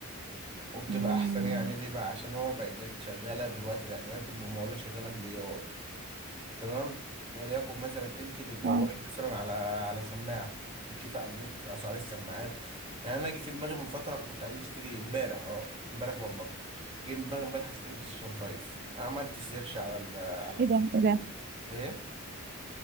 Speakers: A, on the right; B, on the right.
A: وبتبقى
B: امم
A: احسن يعني ليه بقى عشان هو بقى جاي شغالة دلوقتي الاعلانات الممولة شغالة بالاي اي، تمام وليكن مثلا انت بتدوري
B: اه
A: مثلا على على سماعه بتشوفي على النت اسعار السماعات يعني انا جه في دماغي من فتره كنت عايز اشتري امبارح اه امبارح والله جه في دماغي امبارح اشتري بلاي ستيشن 5 عملت سيرش على ال على
B: ايه
A: الفيسبوك
B: ده ايه ده
A: ايه